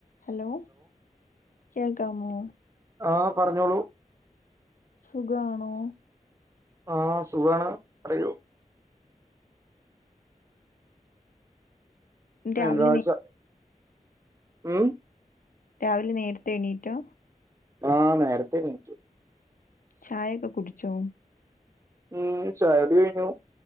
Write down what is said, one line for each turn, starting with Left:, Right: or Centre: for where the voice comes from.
Left: Hello കേക്കമൊ
Right: ആഹ് പറഞ്ഞോളൂ
Left: സുഖാണോ
Right: ആഹ് സുഖാണ് പറയൂ <unintelligible>
Left: രാവിലെ നേ
Right: ഉം
Left: രാവിലെ നേരത്തെ എണീറ്റോ?
Right: ആഹ് നേരെത്തെ എണീക്കും
Left: ചായയൊക്കെ കുടിച്ചോ?
Right: ഉം ചായ കുടി കഴിഞ്ഞു